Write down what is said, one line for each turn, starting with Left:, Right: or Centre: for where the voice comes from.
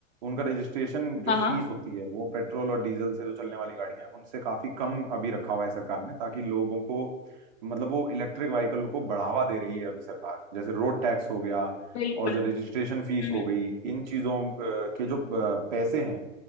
Right: उनका रजिस्ट्रेशन जो
Left: हाँ हाँ
Right: फीस होती है वो पेट्रोल और डीजल से जो चलने वाली गाड़ियां हैं उनसे काफी कम अभी रखा हुआ है सरकार ने ताकि लोगों को मतलब वो इलेक्ट्रिक व्हीकल को बढ़ावा दे रही है अभी सरकार जैसे रोड टैक्स हो गया
Left: बिल्कुल
Right: और जो रजिस्ट्रेशन फीस
Left: हम्म
Right: हो गई इन चीजों अ, के जो अ, पैसे हैं